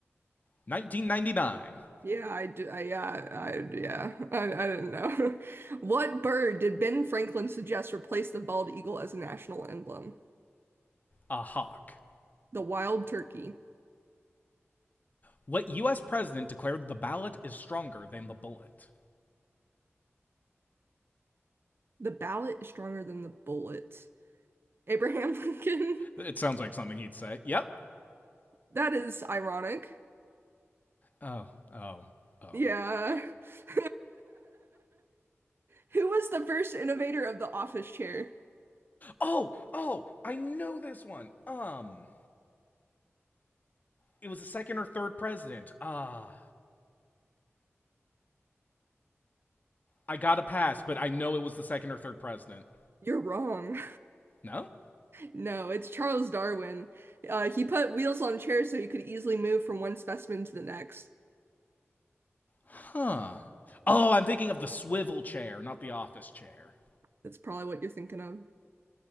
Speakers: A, on the left (about 35°); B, on the right (about 50°).
A: 1999.
B: Yeah, I do. I, yeah, I, yeah. <laughs> I, I don't know. <laughs> What bird did Ben Franklin suggest replace the bald eagle as a national emblem?
A: A hawk.
B: The wild turkey.
A: What U.S. president declared the ballot is stronger than the bullet?
B: The ballot is stronger than the bullet. Abraham <laughs> Lincoln.
A: It sounds like something he'd say. Yep.
B: That is ironic.
A: Oh, oh, oh.
B: Yeah. <laughs> Who was the first innovator of the office chair?
A: Oh, oh, I know this one. Um, it was the second or third president. Ah, uh, I got a pass, but I know it was the second or third president.
B: You're wrong.
A: No?
B: No, it's Charles Darwin. Uh, he put wheels on chairs so he could easily move from one specimen to the next.
A: Huh. Oh, I'm thinking of the swivel chair, not the office chair.
B: That's probably what you're thinking of.